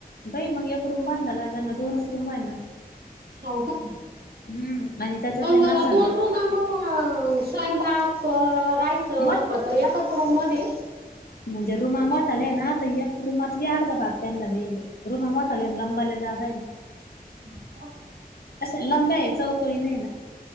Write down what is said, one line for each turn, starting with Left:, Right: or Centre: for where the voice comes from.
Left: बाई मग एक रूम बांधाला आहे का ना दोनच रूम ना
Right: हो का
Left: हम्म आणि त्याच्यात
Right: अ
Left: नाही ना सांड
Right: दोन रूम मग स्वयंपाक राहायचं
Left: मोठ
Right: झोपाचं या एकाच मध्ये
Left: म्हणजे रुमा मोठाल आहे ना आता एक रुमातली अर्धा भाग त्यांला देल रूम मोठल लंबल ज्यादाय ना
Right: हो का
Left: अशा लांब्या आहे चौकळी नाही ना